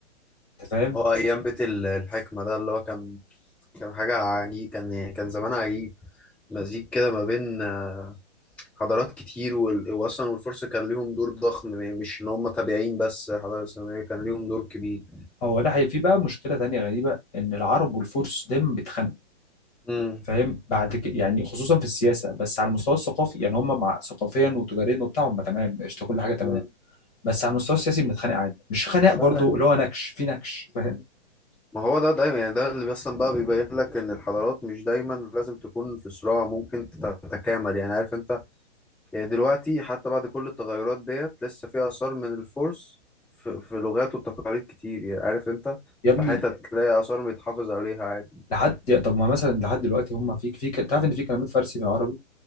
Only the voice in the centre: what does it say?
هو أيام بيت ال- الحكمة ده اللي هو كان كان حاجة عجيب كان يعني كان زمان عجيب مزيج كده ما بين آه، حضارات كتير وال- وأصلا والفرس كان ليهم دور ضخم يعني مش إن هم تابعين بس الحضارة الإسلامية كان ليهم دور كبير
مم.
مم.
لا
ما هو ده دايما يعني ده اللي اصلا بقى بيبين لك ان الحضارات مش دايما لازم تكون في صراع ممكن تتكامل يعني عارف انت يعني دلوقتي حتى بعد كل التغيرات ديت لسه في اثار من الفرس في, في لغات وتقاليد كتير يعني عارف انت
في
حتت تلاقي اثار بيتحافظ عليها عادي